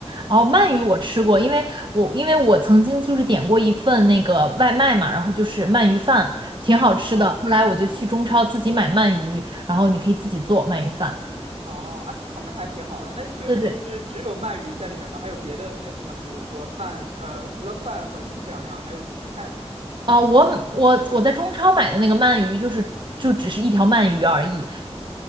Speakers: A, on the right; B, on the right.
A: 哦，鳗鱼我吃过，因为我因为我曾经就是点过一份那个外卖嘛，然后就是鳗鱼饭，挺好吃的。
B: 哦
A: 后来我就去中超自己买鳗鱼，然后你可以自己做鳗鱼饭。
B: 哦，哎哎，那还挺好的。那就是只有鳗鱼在里面吗？
A: 对对，
B: 还有别的什么？比如说饭，呃，除了饭和这两样，还有什么菜吗？
A: 啊、我我我在中超买的那个鳗鱼就是就只是一条鳗鱼而已，